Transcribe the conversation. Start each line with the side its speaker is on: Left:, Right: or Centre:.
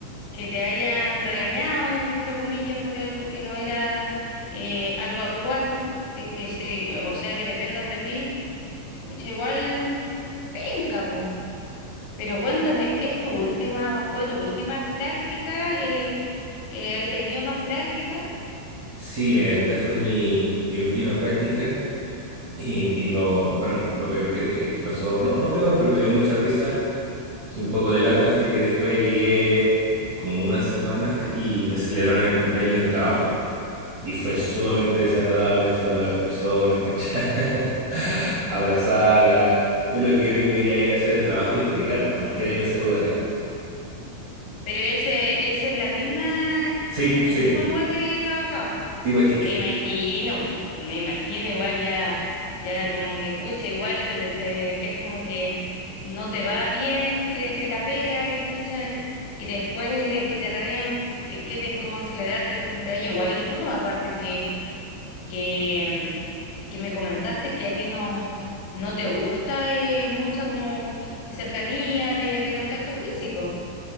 Left: que te hayan regañado, entre comillas, por algo que no era eh, algo actual, eh, que se, o sea, que dependas de ti, pucha, igual penca, po. Pero cuéntame, ¿es tu última, fue tu última práctica? Eh, eh, ¿hay tenido más prácticas?
Right: Sí, mira, esta fue mi, mi última práctica. Y, y lo, bueno, lo peor que, te- que pasó, no, no peor, pero me dio mucha risa y un poco de lata fue que después llegué como una semana y me celebraron el cumpleaños en el trabajo. Y fue sumamente desagradable saludar a las personas, ¿cachai? <laughs> Abrazarlas. Yo lo que único que quería era ir a hacer el trabajo y retirarme, nomás que nadie me saludara.
Left: Pero ese, ese es la misma,
Right: Sí,
Left: en el
Right: sí,
Left: mismo
Right: pu.
Left: lugar que he trabajado.
Right: sí, pues que,
Left: Me imagino, pu, me imagino, igual ya, ya como que pucha, igual te- te- es como que no te va bien eh, eh, la pega y pucha, y después es que te regañan, eh, que te, cómo celebrarte el cumpleaños, igual incómodo, aparte que, que, que me comentaste que a ti no, no te gusta eh, mucha como cercanía de, de contacto físico.